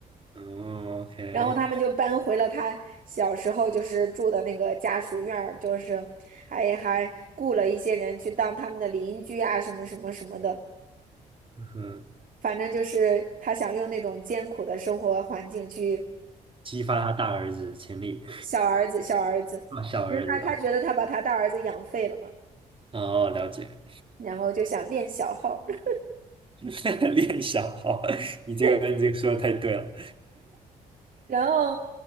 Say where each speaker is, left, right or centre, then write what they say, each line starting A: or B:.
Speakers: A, on the right; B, on the right.
A: 嗯，OK，
B: 然后他们就搬回了他小时候就是住的那个家属院儿，就是还还雇了一些人去当他们的邻居啊，什么什么什么的。
A: 嗯哼，
B: 反正就是他想用那种艰苦的生活环境去
A: 激发他大儿子的潜力，
B: 小儿子小儿子，
A: 啊，小儿子啊，
B: 因为他他觉得他把他大儿子养废了嘛，
A: 哦，了解，
B: 然后就想练小号儿。
A: <laughs> 练小，好，你这个你这个说的太对了。
B: <laughs> 然后